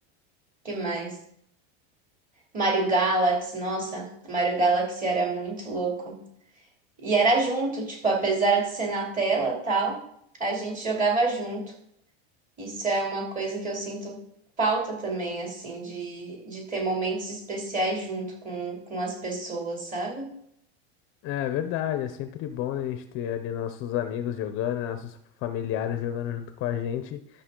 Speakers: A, on the right; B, on the left.
A: que mais? Mario Galaxy, nossa, Mario Galaxy era muito louco. E era junto, tipo, apesar de ser na tela, tal, a gente jogava junto. Isso é uma coisa que eu sinto falta também, assim, de, de ter momentos especiais junto com, com as pessoas, sabe?
B: É verdade, é sempre bom né, a gente ter ali nossos amigos jogando, nossos familiares jogando junto com a gente.